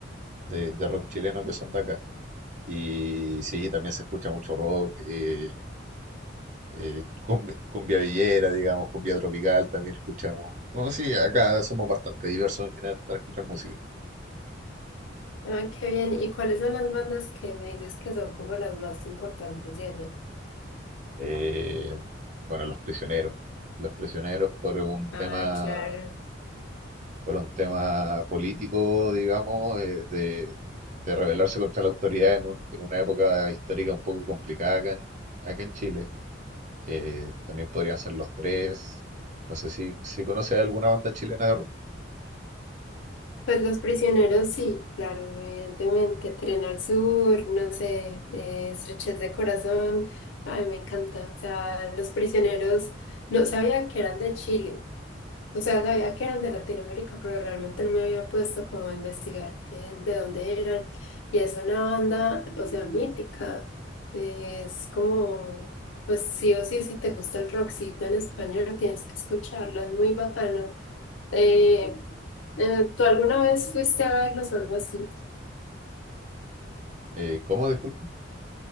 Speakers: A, on the right; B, on the left.
A: de, de rock chileno que son de acá. Y sí, también se escucha mucho rock, eh, eh, cumbia, cumbia villera, digamos, cumbia tropical también escuchamos. Bueno, sí, acá somos bastante diversos en general para escuchar música.
B: Ay, qué bien. ¿Y cuáles son las bandas que me dices que son como las más importantes de allá?
A: Eh, bueno, Los Prisioneros. Los Prisioneros por un
B: Ay,
A: tema
B: claro.
A: por un tema político, digamos, eh, de, de rebelarse contra la autoridad en, un- en una época histórica un poco complicada acá en, acá en Chile. Eh, también podrían ser Los Tres. No sé si, si conoces alguna banda chilena de rock.
B: Pues Los Prisioneros, sí, claro, evidentemente. Tren al Sur, no sé, eh, Estrechez de Corazón. Ay, me encanta. O sea, Los Prisioneros, no sabía que eran de Chile. O sea, sabía que eran de Latinoamérica, pero realmente no me había puesto como a investigar qué, de dónde eran. Y es una banda, o sea, mítica. Es como, pues sí o sí, si te gusta el rockcito en español, tienes que escucharla, es muy bacana. Eh, eh, ¿tú alguna vez fuiste a verlos o algo así?
A: Eh, ¿cómo? Disculpa.